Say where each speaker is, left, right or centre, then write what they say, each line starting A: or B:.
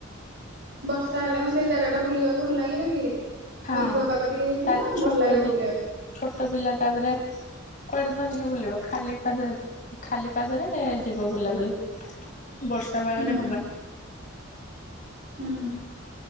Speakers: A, on the right (about 50°); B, on the left (about 35°).
A: ବର୍ଷା ହେଲେ କଣ ସେଇ ଜାଗା ଟା ବୁଲିବାକୁ ଭଲ ଲାଗିବ କି?
B: ହଁ
A: ମେଘୁଆ ପାଗ ଟିକେ ହେଇଥିବ
B: ତା ଛୋଟ
A: ଭଲ ଲାଗିବ
B: ପିଲା
A: ବୁଲିବାକୁ।
B: ଛୋଟ ପିଲା ତାପରେ କୁଆଡେ ଧରିକି ବୁଲିବ ଖାଲି ପାଦରେ ଖାଲି ପାଗରେ ଯିବ ବୁଲାବୁଲି। ବର୍ଷା ପାଗରେ
A: ହୁଁ
B: ହବା
A: ହୁଁ